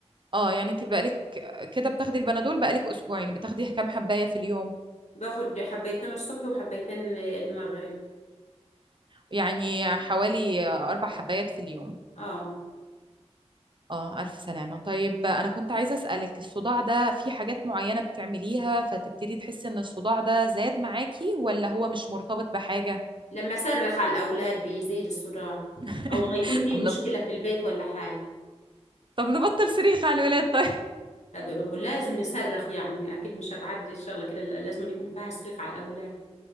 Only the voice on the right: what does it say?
اه يعني انت بقالك كده بتاخدي البنادول بقالك اسبوعين بتاخدي كام حباية في اليوم
يعني حوالي اربع حبايات في اليوم
اه الف سلامة طيب انا كنت عايزة اسألك الصداع ده في حاجات معينة بتعمليها فتبتدي تحسي ان الصداع ده زاد معاكي ولا هو مش مرتبط بحاجة
<laughs>
طب
نب...
طب نبطل صريخ على الولاد طيب